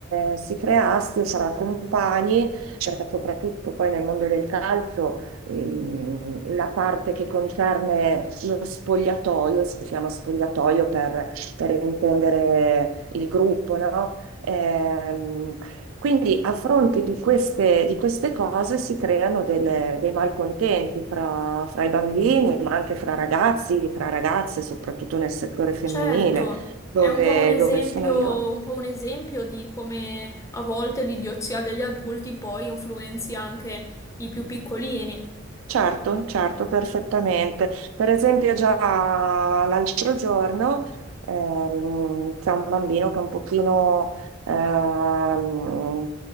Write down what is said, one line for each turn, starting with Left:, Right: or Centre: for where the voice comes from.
Right: eh, si crea astio fra compagni, perché soprattutto poi nel mondo del calcio ehm, la parte che concerne lo spogliatoio, si chiama spogliatoio per, per intendere il gruppo, no? Ehm, quindi a fronte di queste, di queste cose si creano delle- dei malcontenti fra, fra i bambini, ma anche fra ragazzi, fra ragazze, soprattutto nel settore femminile,
Left: Certo,
Right: dove,
Left: è un po' un esempio,
Right: dove sono io.
Left: un po' un esempio di come a volte l'idiozia degli adulti poi influenzi anche i più piccolini.
Right: Certo, certo, perfettamente. Per esempio, già l'altro giorno ehm, c'è un bambino che è un pochino ehm,